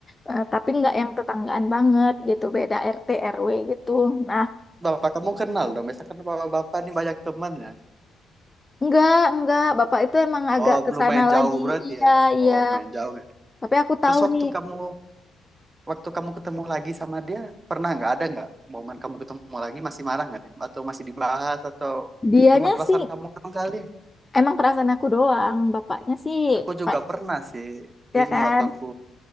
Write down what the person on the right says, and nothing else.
hmm.
bapak kamu kenal dong biasanya kan bapak-bapak ini banyak teman ya
oh
lumayan
jauh berarti
ya
oh lumayan jauh ya
terus
waktu
kamu waktu kamu ketemu lagi sama dia pernah nggak ada nggak momen kamu ketemu lagi masih marah nggak dia atau masih dibahas atau
cuman perasaan
kamu doang kali
Aku juga
pernah sih
ini
waktu aku